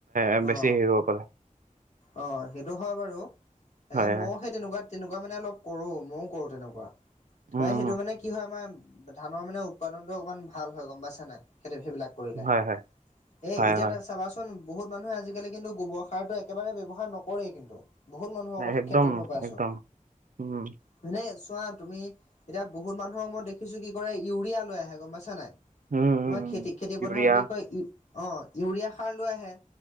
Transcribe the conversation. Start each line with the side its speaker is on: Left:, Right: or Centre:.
Right: এ বেছি
Left: অ
Right: হেৰি হব পাৰে।
Left: অ সেইটো হয় বাৰু তাকে
Right: হয় হয়।
Left: মই সেই তেনেকুৱাত- তেনেকুৱা মানে অলপ কৰো মইও কৰো তেনেকুৱা
Right: উম
Left: প্ৰায় সেইটো মানে কি হয় আ- ধানৰ মানে উৎপাদনতটো অকমান ভাল হয় গম পাইছা নাই সেই সেইবিলাক- কৰিলে,
Right: উম হয় হয়
Left: এ
Right: হয়
Left: এতিয়া
Right: হয়
Left: তই চাবাচোন- চাবাচোন বহুত মানুহে আজিকালি কিন্তু গোবৰ সাৰটো একেবাৰে ব্যৱহাৰ নকৰেই কিন্তু, বহুত মানুহৰ
Right: নাই, একদম
Left: ক্ষেত্ৰত মই পাইছো।
Right: একদম উম
Left: হয়নে চোৱা তুমি এতিয়া বহুত মানুহক মই দেখিছো কি কৰে ইউৰিয়া লৈ আহে গম পাইছা নাই।
Right: উম
Left: তোমাৰ
Right: উম উম
Left: খেতি খেতি পথাৰত
Right: ইউৰিয়া
Left: কি কয় ইউ অ ইউৰিয়া সাৰ লৈ আহে।